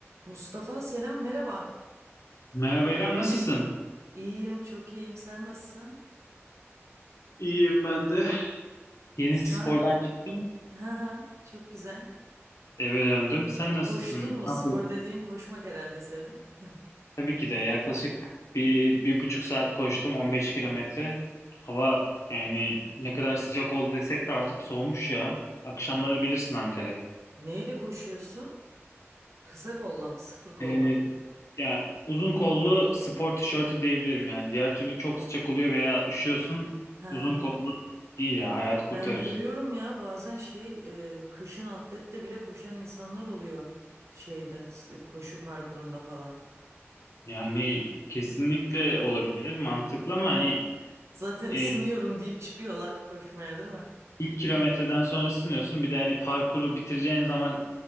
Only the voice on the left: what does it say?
Merhaba İrem, nasılsın?
İyiyim ben de. Yeni
spordan çıktım,
eve döndüm. Sen nasılsın?
Ne yapıyorsun?
Tabii ki de yaklaşık bir, bir buçuk saat koştum, 15 kilometre. Hava yani ne kadar sıcak oldu desek de artık soğumuş ya. Akşamları bilirsin Ankara'yı.
Ee,
ya uzun kollu spor tişörtü diyebilirim yani. Diğer türlü çok sıcak oluyor veya üşüyorsun.
Uzun kollu iyi ya, hayat kurtarır.
Yani kesinlikle olabilir, mantıklı ama hani
e,
İlk kilometreden sonra ısınıyorsun. Bir de hani parkuru bitireceğin zaman